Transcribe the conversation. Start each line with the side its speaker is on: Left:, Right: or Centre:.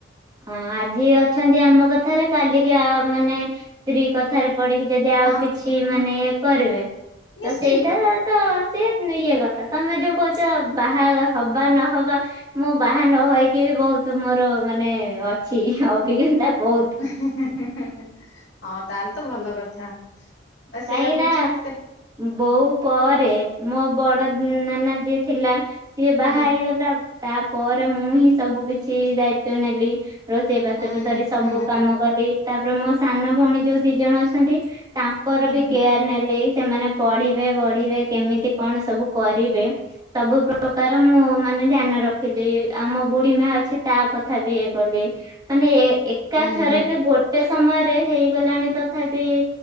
Right: ହଁ ଆଜି ଅଛନ୍ତି ଆମ କଥାରେ, କାଲିକି ମାନେ ସ୍ତ୍ରୀ କଥାରେ ପଢିକି ଯଦି ଆଉ
Left: ହଁ
Right: କିଛି
Left: ହଁ
Right: ମାନେ ଇଏ କରିବେ।
Left: ନିଶ୍ଚିନ୍ତ।
Right: ତ ସେଇଟା ତ ସିଏ ଇଏ କଥା ତମେ ଯୋଉ କହୁଛ ବାହା ହବା ନହବା। ମୁଁ ବାହା ନ ହେକି ବି ବହୁତ ମୋର ମାନେ ଅଛି ଅଭିଜ୍ଞତା ବହୁତ।
Left: ହଁ ତାହେଲେ ତ ଭଲ କଥା ବା
Right: କାହିଁକି
Left: ସେଇଆ
Right: ନା
Left: କହୁଛି।
Right: ବୋଉ ପରେ ମୋ ବଡ ନାନା ଯିଏ ଥିଲା। ସିଏ ବାହା
Left: ହୁଁ
Right: ହେଇଗଲା ତାପରେ ମୁଁ ହିଁ ସବୁ କିଛି ଦାୟିତ୍ଵ ନେଲି। ରୋଷେଇ ବାସନରୁୁ
Left: ହୁଁ
Right: ଧରି ସବୁ
Left: ହୁଁ ହୁଁ
Right: କାମ କରି ତାପରେ ମୋ ସାନ ଭଉଣୀ ଯୋଉ ଦି ଜଣ ଅଛନ୍ତି। ତା ଙ୍କର
Left: ହୁଁ
Right: ବି
Left: ହୁଁ
Right: କେୟାର ନେଲି ସେମାନେ ପଢିବେ ବଢିବେ କେମିତି କଣ ସବୁ କରିବେ ସବୁ ପ୍ରକାର ମୁଁ ମାନେ ଧ୍ୟାନ ରଖିଦିଏ ଆମ ବୁଢୀ ମା ଅଛି ତା କଥା ବି ଇଏ କଲି। ମାନେ ଏକାଥରେ
Left: ହୁଁ ହୁଁ।
Right: କି ଗୋଟେ ସମୟରେ ହେଇଗଲାଣି, ତଥାପି